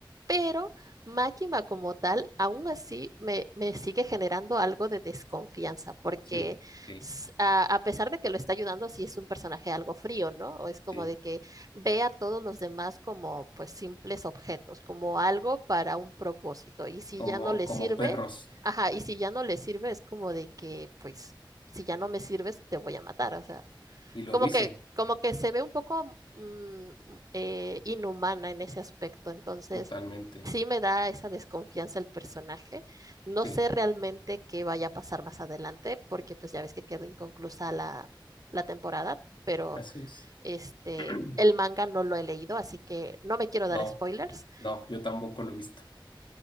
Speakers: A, on the right (about 45°); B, on the left (about 70°).
A: pero Máquina como tal, aún así me, me sigue generando algo de desconfianza, porque
B: Sí, sí,
A: s- a, a pesar de que lo está ayudando, sí es un personaje algo frío, ¿no? O es como
B: sí.
A: de que ve a todos los demás como pues simples objetos, como algo para un propósito, y si
B: Como,
A: ya no le
B: como
A: sirve
B: perros.
A: Ajá, y si ya no le sirve, es como de que, pues, si ya no me sirves, te voy a matar. O sea,
B: Y lo
A: como
B: dice
A: que, como que se ve un poco mm, eh, inhumana en ese aspecto. Entonces,
B: totalmente.
A: sí me da esa desconfianza el personaje. No
B: Sí,
A: sé realmente qué vaya a pasar más adelante, porque pues ya ves que quedó inconclusa la, la temporada, pero
B: así es.
A: este,
B: <clears throat>
A: el manga no lo he leído, así que no me quiero
B: No,
A: dar spoilers.
B: no, yo tampoco lo he visto.